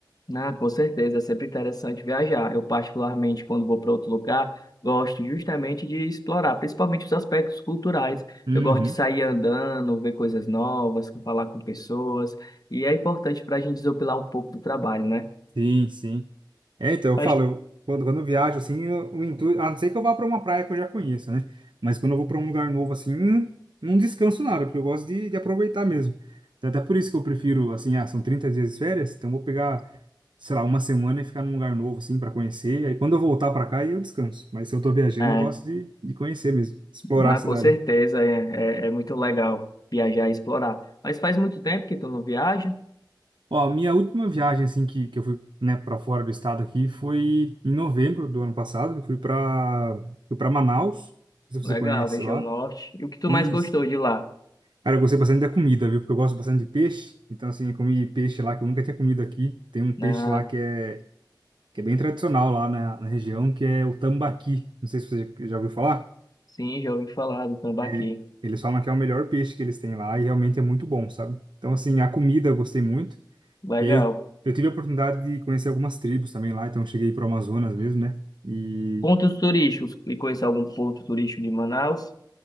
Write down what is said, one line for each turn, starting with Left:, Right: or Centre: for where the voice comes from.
Left: Ah, com certeza, é sempre interessante viajar. Eu, particularmente, quando vou para outro lugar, gosto justamente de explorar, principalmente os aspectos culturais.
Right: Uhum.
Left: Eu gosto de sair andando, ver coisas novas, falar com pessoas, e é importante para a gente desopilar um pouco do trabalho, né?
Right: Sim, sim. É, então,
Left: Mas,
Right: eu falo, eu- quando, quando eu viajo, assim, eu, o intuito, a não ser que eu vá para uma praia que eu já conheça, né? Mas quando eu vou para um lugar novo, assim, não descanso nada, porque eu gosto de, de aproveitar mesmo. Então, até por isso que eu prefiro, assim, ah, são 30 dias de férias, então eu vou pegar, sei lá, uma semana e ficar num lugar novo, assim, para conhecer. Aí quando eu voltar para cá, aí eu descanso. Mas se eu tô viajando,
Left: é,
Right: eu gosto de, de conhecer mesmo, explorar
Left: né,
Right: a cidade.
Left: com certeza, é, é, é muito legal viajar e explorar. Mas faz muito tempo que tu não viaja?
Right: Ó, a minha última viagem, assim, que, que eu fui, né, para fora do estado aqui foi em novembro do ano passado. Eu fui para fui para Manaus, não sei
Left: Legal,
Right: se você conhece
Left: região
Right: lá.
Left: norte. E o que tu
Right: E,
Left: mais gostou de lá?
Right: cara, eu gostei bastante da comida, viu? Porque eu gosto bastante de peixe. Então, assim, eu comi peixe lá que eu nunca tinha comido aqui. Tem um peixe
Left: Ah,
Right: lá que é, que é bem tradicional lá na, na região, que é o tambaqui. Não sei se você já ouviu falar.
Left: sim, já ouvi falar do Tambaqui.
Right: É, eles falam que é o melhor peixe que eles têm lá e realmente é muito bom, sabe? Então, assim, a comida eu gostei muito.
Left: Legal.
Right: E aí eu, eu tive a oportunidade de conhecer algumas tribos também lá, então eu cheguei pro Amazonas mesmo, né? E,
Left: Pontos turísticos. E conhecer algum ponto turístico de Manaus?